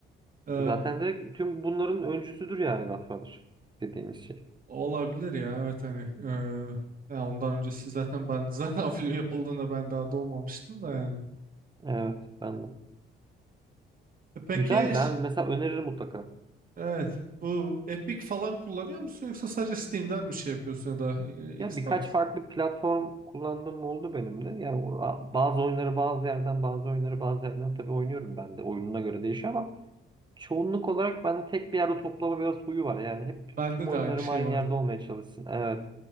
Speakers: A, on the right; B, on the right.
A: E,
B: Zaten direkt tüm bunların öncüsüdür yani Godfather dediğimiz şey.
A: olabilir ya evet hani e, ya ondan öncesi zaten ben <laughs> zaten o film yapıldığında ben daha doğmamıştım da yani
B: Evet ben de.
A: E, peki
B: Güzel
A: ş-
B: ben mesela öneririm mutlaka.
A: evet bu Epic falan kullanıyor musun yoksa sadece Steam'den mi şey yapıyorsun ya da e, Xbox?
B: Ya birkaç farklı platform kullandığım oldu benim de. Ya o- a- bazı oyunları bazı yerden, bazı oyunları bazı yerden tabii oynuyorum ben de. Oyununa göre değişiyor ama Çoğunluk olarak bende tek bir yerde toplama biraz huyu var. Yani hep
A: Bende
B: tüm oyunlarım
A: de aynı şey
B: aynı
A: var.
B: yerde olmaya çalışsın. Evet.